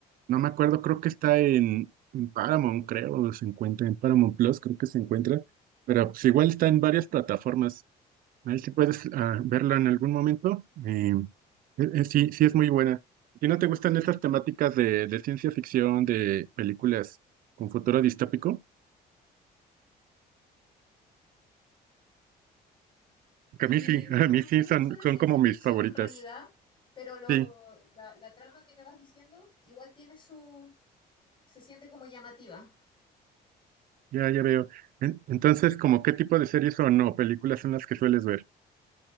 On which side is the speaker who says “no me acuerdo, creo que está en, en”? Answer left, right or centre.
Right